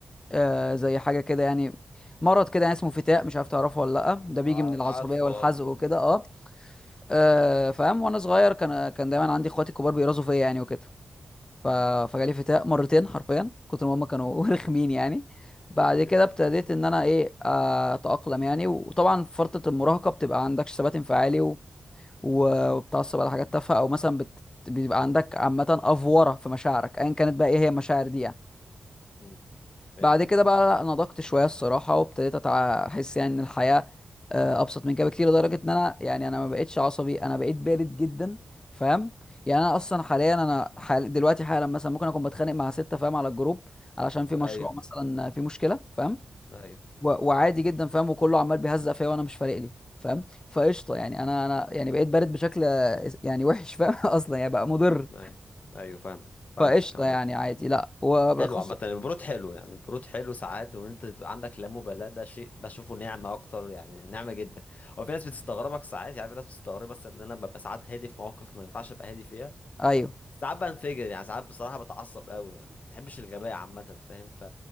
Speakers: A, on the left; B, on the left.
A: آه، زي حاجة كده يعني مرض كده يعني اسمه فتاق مش عارف تعرفه ولا لا ده بيجي
B: ع-
A: من العصبية
B: عارفه
A: والحزق
B: اه
A: وكده اه آه، فاهم وانا صغير كان كان دايما عندي اخواتي الكبار بيرازوا فيا يعني وكده ف...
B: امم
A: فجالي فتاق مرتين حرفيا كتر ما هما كانوا
B: <laughs>
A: <laughs> رخمين يعني بعد
B: اوكي
A: كده ابتديت ان انا ايه آه، اتاقلم يعني وطبعا في فتره المراهقه بتبقى عندكش ثبات انفعالي و... و- وبتعصب على حاجات تافهه او مثلا بت... بيبقى عندك عامه افوره في مشاعرك ايا كانت بقى ايه هي المشاعر دي يعني
B: أمم، فهمتك
A: بعد كده
B: عامة
A: بقى لا، نضجت شويه الصراحه وابتديت أتع- احس يعني ان الحياه آه، ابسط من كده بكتير لدرجه ان انا يعني انا ما بقتش عصبي انا بقيت بارد جدا فاهم يعني انا اصلا حاليا انا حال دلوقتي حالا مثلا ممكن اكون بتخانق مع سته فاهم على الجروب علشان في مشروع
B: ايوه
A: مثلا في مشكله فاهم
B: ايوه
A: و- وعادي جدا فاهم وكله عمال بيهزق فيا وانا مش فارق لي فاهم فقشطه يعني انا انا يعني بقيت بارد بشكل آه، يعني وحش فاهم <laughs> اصلا يعني بقى مضر
B: ايوه ايوه فاهمك فهمتك
A: فقشطه
B: عامة
A: يعني عادي لا وبخص
B: حلو عامة البرود حلو يعني البرود حلو ساعات وان انت تبقى عندك لا مبالاة ده شيء بشوفه نعمة اكتر يعني نعمة جدا هو في ناس بتستغربك ساعات يعني في ناس بتستغرب بس ان انا ببقى ساعات هادي في مواقف ما ينفعش ابقى هادي فيها
A: ايوه
B: ساعات بنفجر يعني ساعات بصراحة بتعصب قوي يعني ما بحبش الغباء عامة فاهم ف